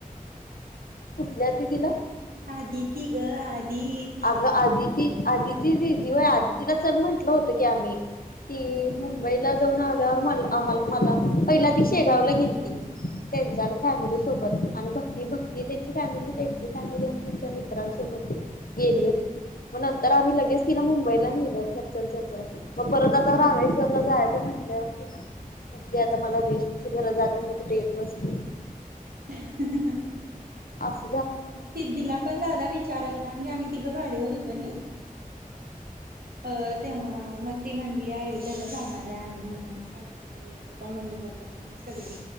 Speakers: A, on the left; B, on the right.
A: कुठल्या दिदीला.
B: अदिती ग. आदितीया
A: अगं आदिती आदिती दिदी होय आदितीला चल म्हंटलं होतं की आम्ही. ती
B: हम्म
A: मुंबईला जाऊन आल्यावर म आम्हाला मला पहिला ती शेगावला गेल ती. त्यांच्या
B: हम्म
A: फॅमिली सोबत. आणि भक्ती भक्ती त्यांची फॅमिली त्यांची फॅमिली आणि त्यांच्या मित्रांसोबत गेली होती. मग नंतर आम्ही लगेच तिला मुंबईला नेलं चल चल म्हणून म परत आता रामेश्वरला जायचं म्हण आपल्यावरती ना, सध्या आता मला रेस्टची गरज आता मी कुठे येत नसते.
B: <unintelligible>
A: अस.
B: सिद्धीला पण दादा विचारायला होता म्हणजे आम्ही तिघं गाडीवर होतो नय. अ तेव्हा म ती म्हटली आयु त्याला जाणार आहे आम्ही म्हणून आजी आजोबा मम्मी पप्पा तेन आम्ही सगळी.